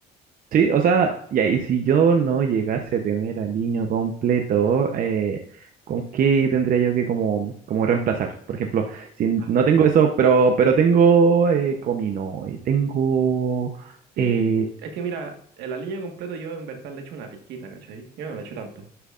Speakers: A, on the right; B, on the right.
A: Sí, o sea, ya, y si yo no llegase a tener al niño completo, eh, ¿con qué tendría yo que como, como reemplazar? Por ejemplo, si
B: A
A: no
B: ver,
A: tengo eso, pero, pero tengo eh, comino y tengo...
B: Sí,
A: eh,
B: es que mira, el aliño completo yo en verdad le echo una pizquita, ¿cachai? Yo no le echo tanto.